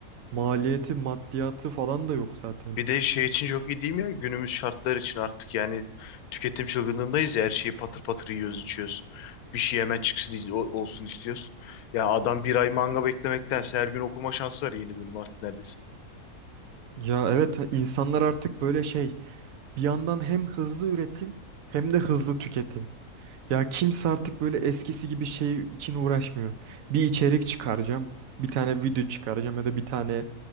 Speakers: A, on the right (about 70°); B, on the left (about 75°).
A: Maliyeti, maddiyatı falan da yok zaten.
B: Bir de şey için çok iyi değil mi ya? Günümüz şartları için artık yani tüketim çılgınlığındayız ya. Her şeyi patır patır yiyoruz, içiyoruz. Bir şey hemen çıksın o- olsun istiyoruz. Ya adam bir ay manga beklemektense her gün okuma şansı var yeni bölüm artık neredeyse.
A: Ya evet insanlar artık böyle şey bir yandan hem hızlı üretim hem de hızlı tüketim. Ya kimse artık böyle eskisi gibi şey için uğraşmıyor. Bir içerik çıkaracağım, bir tane video çıkaracağım ya da bir tane